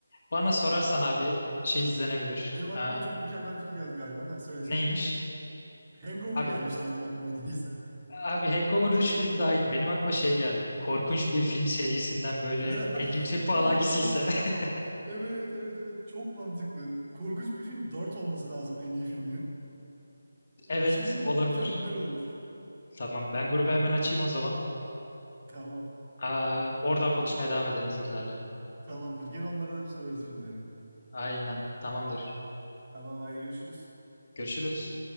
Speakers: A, on the left; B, on the right.
A: bana sorarsan abi şey izlenebilir.
B: Benim aklıma
A: Ee,
B: çok mükemmel bir fikir geldi galiba. Ha, söylesen.
A: neymiş?
B: Hangover
A: Abi
B: gelmişti benim aklıma niyeyse.
A: abi Hangover 3 filmi daha iyiydi. Benim aklıma şey geldi. Korkunç bir film serisinden böyle
B: <laughs>
A: en yüksek
B: Oo,
A: puan hangisiyse. <laughs>
B: evet evet evet çok mantıklı. Korkunç bir film 4 olması lazım en iyi filminin. Bir
A: Evet
B: şey değil mi? Mükemmel
A: olabilir.
B: olur. <laughs>
A: Tamam ben grubu hemen açayım o zaman.
B: Tamam
A: Aa, oradan konuşmaya devam edelim bizimkilerle.
B: tamamdır. Gene onlara da bir sorarız filmleri.
A: Aynen tamamdır.
B: Tamam haydi görüşürüz.
A: Görüşürüz.